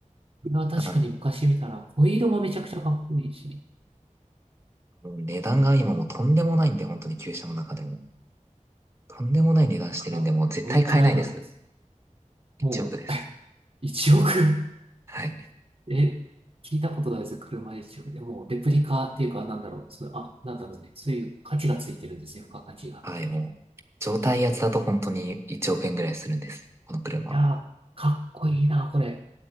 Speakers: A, on the right (about 45°); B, on the right (about 20°).
A: これは確かに昔見たら、
B: ただも
A: ホイールもめちゃくちゃかっこいいし、い
B: う、もう値段が今もうとんでもないんで、本当に旧車の中でも。とんでもない値段してるんで、
A: くら、
B: もう絶対買えないです。
A: おいくらなんです。
B: 1億です。
A: もう、<laughs> 1億
B: はい。
A: え、聞いたことないです。車一色で。もう、レプリカっていうか、なんだろう。そう、あ、なんだろうね。そういう価値がついてるんですね。付加価値が。
B: はい、もう、状態やつだと本当に1億円ぐらいするんです。この車。
A: いやー、かっこいいな、これ。